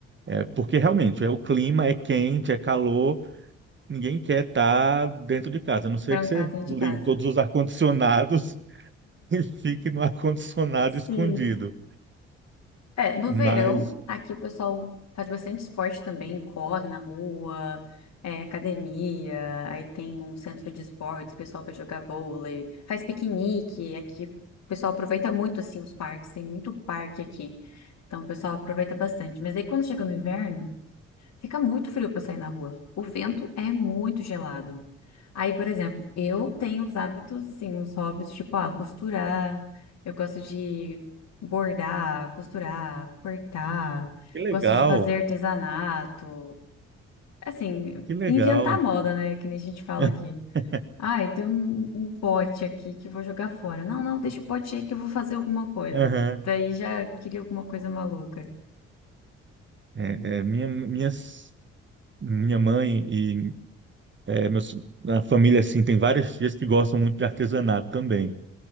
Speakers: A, on the right; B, on the left.
A: é, porque realmente é o clima é quente, é calor, ninguém quer estar dentro de casa. A não ser
B: Trancar
A: que você
B: dentro
A: ligue
B: de casa.
A: todos os ar-condicionados <laughs> e fique no ar-condicionado
B: Sim.
A: escondido.
B: É, no
A: Mas
B: verão, aqui o pessoal faz bastante esporte também, corre na rua, é, academia, aí tem um centro de esportes, o pessoal vai jogar vôlei, faz piquenique, aqui o pessoal aproveita muito, assim, os parques, tem muito parque aqui, então o pessoal aproveita bastante, mas aí quando chega no inverno, Fica muito frio para sair na rua. O vento é muito gelado. Aí, por exemplo, eu tenho os hábitos, assim, os hobbies, tipo, ah, costurar. Eu gosto de bordar, costurar, cortar.
A: que legal,
B: Gosto de fazer artesanato. Assim,
A: que legal.
B: inventar moda, né? Que nem a gente fala
A: <laughs>
B: aqui. Ah, tem um, um pote aqui que eu vou jogar fora. Não, não, deixa o pote aí que eu vou fazer alguma coisa.
A: Aham.
B: Daí já queria alguma coisa maluca.
A: É, é, minha, minhas, minha mãe e É, meus, a família, assim, tem várias tias que gostam muito de artesanato também.